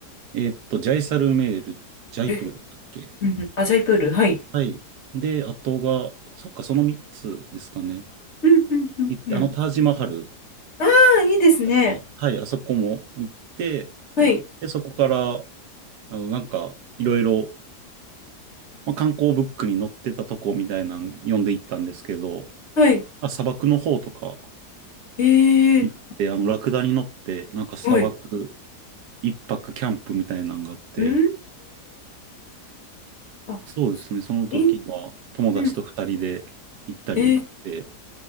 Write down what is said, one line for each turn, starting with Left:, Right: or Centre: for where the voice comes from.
Right: えーっと、ジャイサルメール、ジャイプルだったっけ
Left: え、うんうん、アジャイプール、はい。
Right: はい。で、あとが、そっか、その3つですかね。
Left: うん、うん、うん、
Right: 行って、
Left: うん。
Right: あの、タージマハル
Left: ああ、いいですね。
Right: でしたっけはい、あそこも行って、
Left: はい、
Right: で、そこから、あの、なんか、いろいろ、まあ、観光ブックに載ってたとこみたいなの読んでいったんですけど、
Left: はい、
Right: あ、砂漠の方とか
Left: ええ
Right: 行って、あの、ラクダに乗って、なんか砂漠
Left: はい、
Right: 一泊キャンプみたいなのがあって、
Left: うん、あ、
Right: そうですね、その時は友達と二人で行ったりで、
Left: イン、うん、えー